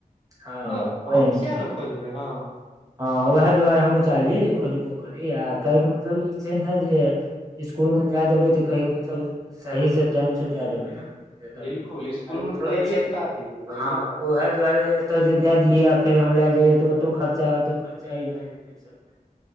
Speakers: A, on the right; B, on the left.
A: हँ
B: तऽ
A: ओहि
B: हम
A: हिसाब
B: किया नहि खोजबै हां
A: हँ उएह दुआरे हमहूँ चाहलियै जे खोजबो करी आ कहैके मतलब ई छै न जे इसकुल मे दए देबै तऽ कहैके मतलब सही से टाइम से दए देबै न आई
B: बिल्कुल स्कूलमे तऽ
A: थोड़े
B: दैये
A: छै ने
B: टा दीही दैये
A: हँ
B: टा दीही
A: ओहे दुआरे ओतय जे दए दियै आ फेर हम लए जइयए तऽ ओतौ खर्चा ओतौ खर्चा ई भए जेतै सबसँ